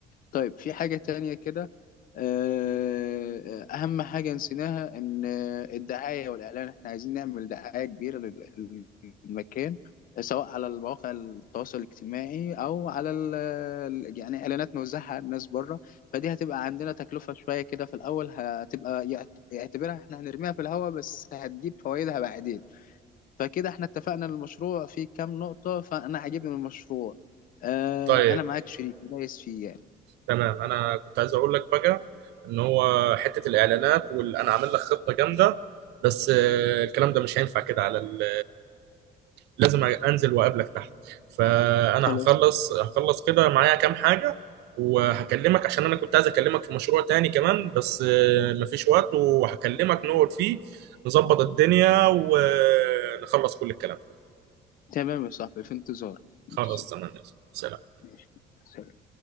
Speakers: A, on the left; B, on the right.
A: طيب في حاجة تانية كده آه، أهم حاجة نسيناها إن آه، الدعاية والإعلان إحنا عايزين نعمل دعاية كبيرة لل- للمكان سواء على المواقع التواصل الاجتماعي أو على ال- ال- يعني إعلانات نوزعها على الناس بره فدي هتبقى عندنا تكلفة شوية كده في الأول هتبقى يعت- يعتبرها إحنا هنرميها في الهواء بس هتجيب فوائدها بعدين فكده إحنا اتفقنا إن المشروع فيه كام نقطة فأنا عاجبني المشروع آه،
B: طيب
A: أنا معاك شريك دايس فيه يعني
B: تمام انا كنت عايز اقول لك بقى ان هو حته الاعلانات وانا عامل لك خطه جامده بس آه، الكلام ده مش هينفع كده على ال- لازم انزل واقابلك تحت فانا
A: خلاص
B: هخلص هخلص كده معايا كام حاجه وهكلمك عشان انا كنت عايز اكلمك في مشروع تاني كمان بس آه، مفيش وقت وهكلمك نقعد فيه نظبط الدنيا ونخلص كل الكلام ده
A: تمام يا صاحبي في انتظارك في
B: خلاص
A: انتظارك
B: تمام يا زلمة. سلام
A: ماشي. سلام.